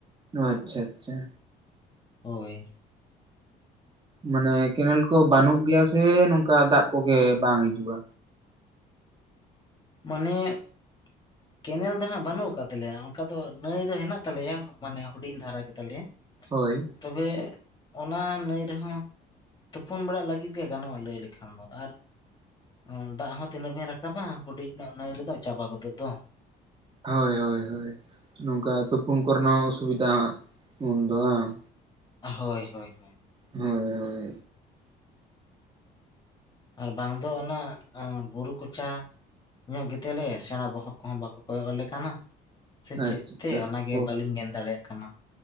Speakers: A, on the right; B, on the left.
A: ᱟᱪᱪᱷᱟ ᱟᱪᱪᱷᱟ
B: ᱦᱳᱭ <unintelligible>
A: ᱢᱟᱱᱮ ᱠᱮᱸᱱᱮᱞ ᱠᱚ ᱵᱟᱹᱱᱩᱜ ᱜᱮᱭᱟ ᱥᱮ ᱱᱚᱝᱠᱟ ᱫᱟᱜ ᱠᱚᱜᱮ ᱵᱟᱝ ᱦᱤᱡᱩᱜᱼᱟ
B: ᱢᱟᱱᱮ <unintelligible> ᱠᱮᱱᱮᱞ ᱫᱚ ᱦᱟᱸᱜ ᱵᱟᱹᱱᱩᱜ ᱟᱠᱟᱫ ᱛᱟᱞᱮᱭᱟ ᱚᱱᱠᱟ ᱫᱚ ᱱᱟᱹᱭ ᱫᱚ ᱦᱮᱱᱟᱜ ᱛᱟᱞᱮᱭᱟ ᱢᱟᱱᱮ ᱦᱩᱰᱤᱧ ᱫᱷᱟᱨᱟ ᱜᱮ ᱛᱟᱞᱮᱭᱟ
A: ᱦᱳᱭ <unintelligible>
B: ᱛᱚᱵᱮ ᱚᱱᱟ ᱱᱟᱹᱭ ᱨᱮᱦᱚᱸ ᱛᱩᱯᱩᱱ ᱵᱟᱲᱟ ᱞᱟᱹᱜᱤᱫ ᱜᱮ ᱜᱟᱱᱚᱜᱼᱟ ᱞᱟᱹᱭ ᱞᱮᱠᱷᱟᱱ ᱫᱚ ᱟᱨ <unintelligible> ᱫᱟᱜ ᱦᱚᱸ ᱛᱤᱱᱟᱹᱜ ᱵᱮᱱ ᱨᱟᱠᱟᱵᱟ ᱦᱩᱰᱤᱧ ᱧᱚᱜ ᱱᱟᱹᱭ ᱨᱮᱫᱚ ᱪᱟᱵᱟ ᱜᱚᱫᱚᱜ ᱫᱚ
A: ᱦᱳᱭ ᱦᱳᱭ ᱦᱳᱭ ᱱᱚᱝᱠᱟ ᱛᱩᱯᱩᱱ ᱠᱚᱨᱮᱱᱟᱜ ᱦᱚᱸ ᱚᱥᱩᱵᱤᱫᱟ ᱦᱟᱸᱜ ᱩᱱ ᱫᱚ ᱵᱟᱝ
B: ᱦᱳᱭ ᱦᱳᱭ ᱦᱳᱭ
A: <unintelligible> ᱦᱳᱭ ᱦᱳᱭ
B: ᱟᱨ ᱵᱟᱝ ᱫᱚ ᱚᱱᱟ ᱟᱸ ᱵᱩᱨᱩ ᱠᱚᱪᱟᱻᱟ <unintelligible> ᱜᱮᱛᱮᱞᱮ ᱥᱮᱬᱟ ᱵᱚᱦᱚᱜ ᱠᱚᱦᱚᱸ ᱵᱟᱸᱠᱚ ᱠᱚᱭᱚᱜ ᱟᱞᱮ ᱠᱟᱱᱟ ᱥᱮ ᱪᱮᱫ
A: ᱟᱪᱪᱷᱟ
B: ᱛᱮ ᱚᱱᱟᱜᱮ
A: ᱠᱚ
B: ᱵᱟᱹᱞᱤᱧ ᱢᱮᱱ ᱫᱟᱲᱮᱭᱟᱜ ᱠᱟᱱᱟ